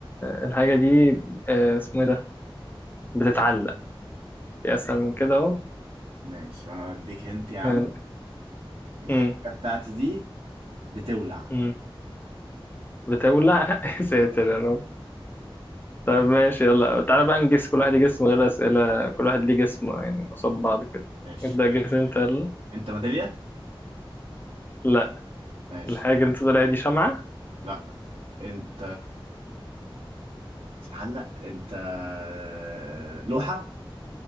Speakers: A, on the left; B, on the right.
A: الحاجة دي آه، اسمه إيه ده بتتعلق في أسهل من كده أهو
B: ماشي وانا بديك هنت يا عم
A: يلا.
B: الحاجة
A: مم.
B: بتاعتي دي بتولع
A: مم. بتولع <laughs> يا ساتر
B: اه
A: يا رب طيب ماشي يلا تعالى بقى نجس كل واحد يجس من غير أسئلة كل واحد ليه جسم يعني قصاد بعض كده
B: ماشي
A: ابدأ جس
B: آه،
A: انت يلا
B: انت ميدالية
A: لا
B: ماشي
A: الحاجة اللي انت طالعها دي شمعة
B: لا انت تتعلق انت آه، لوحة